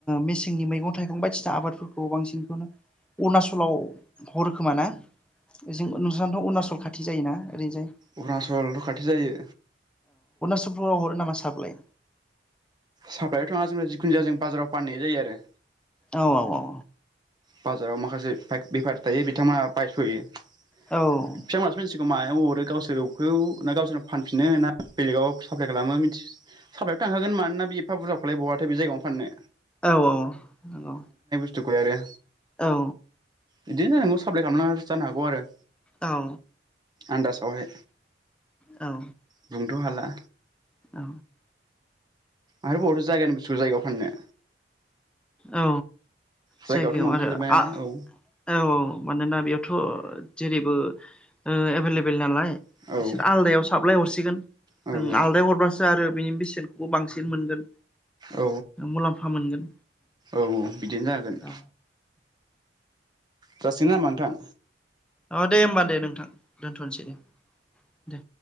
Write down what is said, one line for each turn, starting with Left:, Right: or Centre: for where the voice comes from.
Centre: मेसेंनि मैगं थाइगं बायदिसिना आबादफोरखौ बांसिनखौनो अरुणाचलाव हरोखोमा न ओजों नोंसोरनाथ अरुणाचल खाथि जायोना ओरैनोजाय
Right: अरुणाचलथ खाथि जायो
Centre: चलाव हरो नामा सापलाय
Right: साफायाव थांया जिखुनु जाया जों बाजाराव फाननाय जायो आरो
Centre: औ औ औ
Right: बाजाराव माखासे पाय बेफार दायो बिथाङा बायसयो म
Centre: औ
Right: <unintelligible> खौ मायाव हरो गावसोरखौ ना गावसोरनो फानफिनो ना बेलेगाव साफ्लाय खालामो मिथि साप्लाायथ थांखागोन मानोना बे एफा बुरजाखौलाय बहाथो बे जायगायावनो फाननो
Centre: औ औ
Right: थुखलाय आरो
Centre: औ
Right: बिदिनो जानांगौ साप्लाय खालामना जानो हागौ आरो।
Centre: औ
Right: आनदासाव हाय
Centre: औ
Right: बुंनोथ हाला
Centre: औ
Right: आरो बहाथो जायगानि बेसुथुखौ जायगायाव फाननो
Centre: औ
Right: जायगायावथ'
Centre: जायगायाव
Right: मोनखाजोब्बाय
Centre: आरो
Right: नालाय
Centre: आ
Right: औ
Centre: औ मानोना बेयावथ' जेरैबो ओ एभेललेबेल नालाय
Right: औ
Centre: बिसोर आलदायाव साबलाय हरसिग सिगोन
Right: औ
Centre: ओं आलदायाव हरबासो आरो बिनि बेसेनखौबो बांसिन मोनगोन।
Right: औ
Centre: मुलाम्फा मोनगोन
Right: औ बिदिनो जागोन।
Centre: औ
Right: जासिगोन ना होमबा नोंथां
Centre: अ दे होनोमबा दे नोंथां। दोनथ'नोसै दे। दे